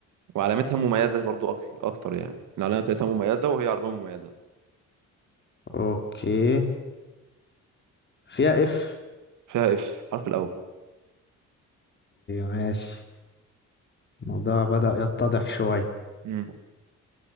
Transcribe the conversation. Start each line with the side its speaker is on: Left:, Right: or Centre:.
Right: وعلامتها مميزه برضو أك- اكتر يعني العلامه بتاعتها مميزه وهي عربيه مميزه
Left: اوكي فيها اف
Right: فيها اف الحرف الاول
Left: ماشي الموضوع بدأ يتضح شوية
Right: مم.